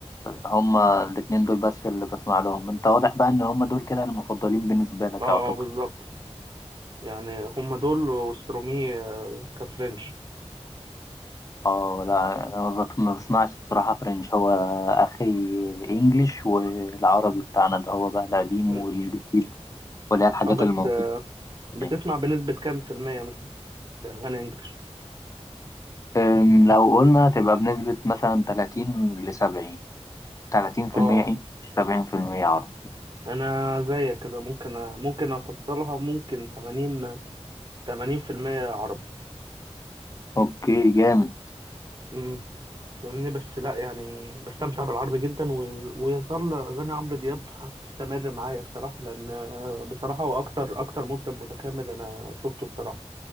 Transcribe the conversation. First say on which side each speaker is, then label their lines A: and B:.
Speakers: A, on the left (about 30°); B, on the right (about 40°).
A: هما الاتنين دول بس اللي بسمع لهم انت واضح بقى ان هما دول كده المفضلين بالنسبة لك
B: اه
A: يعتبر
B: آه، بالظبط يعني هم دول وسترومي آه، كفرنش
A: اه لا انا ما بت- ما بسمعش الصراحة فرنش هو اخري انجليش والعربي بتاعنا اللي هو بقى القديم
B: مم.
A: والجديد واللي هي الحاجات
B: اه بس
A: اللي موجودة
B: آه، بتسمع
A: دي.
B: بنسبة كام في المية مثلا اغاني انجلش
A: أم، لو قلنا تبقى بنسبة مثلا 30 ل 70 30%
B: اه
A: انجليش 70% عربي
B: انا زيك كده ممكن أ- ممكن افصلها ممكن 80 80 في المية عربي
A: اوكي جامد
B: امم فاهمني بس لا يعني بستمتع بالعربي جدا و- ويظل اغاني عمرو دياب هتستمر معايا بصراحة لان آه، بصراحة هو اكتر اكتر مطرب متكامل انا شفته بصراحة